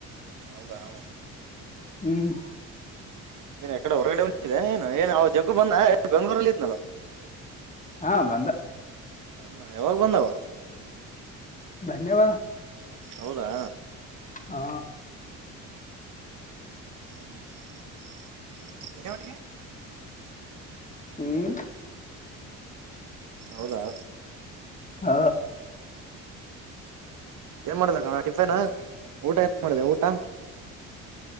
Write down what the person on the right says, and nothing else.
ಹೌದಾ
ಏನ್ ಎಕಡೆ ಹೊರಗಡೆ ಹೊಂಟೀರೆ ಏನು ಏನ್ ಅವ್ ಜಗ್ಗು ಬಂದನ್ ಬೆಂಗಳೂರಲ್ಲಿ ಇದ್ನಲ್
ಅ ಯಾವಾಗ ಬಂದಾವ
ಹೌದಾ
ಹ್ಮ್್ಮ ಹ್ಮ್ ಎಲ್ಲಿಗೆ ಹೊಟ್ಟಿಲೇ
ಹೌದಾ
ಏನ್ ಮಾಡಿದೆ ಕಣೋ ಟಿಫನ್ ಊಟ ಏನ್ ಮಾಡಿದೆ ಊಟ